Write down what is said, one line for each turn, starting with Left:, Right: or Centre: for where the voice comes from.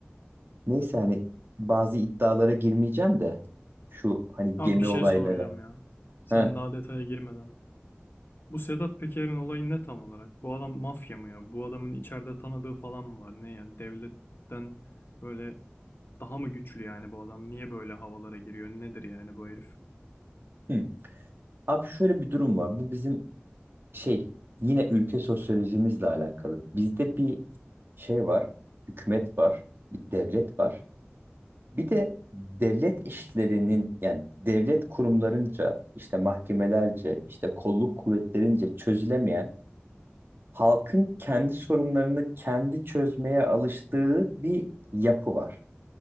Right: Neyse hani bazı iddialara girmeyeceğim de şu hani
Left: Abi
Right: gemi
Left: bir şey
Right: olayları.
Left: soracağım ya. Sen
Right: Heh.
Left: daha detaya girmeden. Bu Sedat Peker'in olayı ne tam olarak? Bu adam mafya mı ya? Bu adamın içeride tanıdığı falan mı var? Ne yani devletten böyle daha mı güçlü yani bu adam? Niye böyle havalara giriyor? Nedir yani bu herif?
Right: Hı. Abi şöyle bir durum var. Bu bizim şey yine ülke sosyolojimizle alakalı. Bizde bir şey var, hükümet var, bir devlet var. Bir de devlet işlerinin yani devlet kurumlarınca, işte mahkemelerce, işte kolluk kuvvetlerince çözülemeyen halkın kendi sorunlarını kendi çözmeye alıştığı bir yapı var.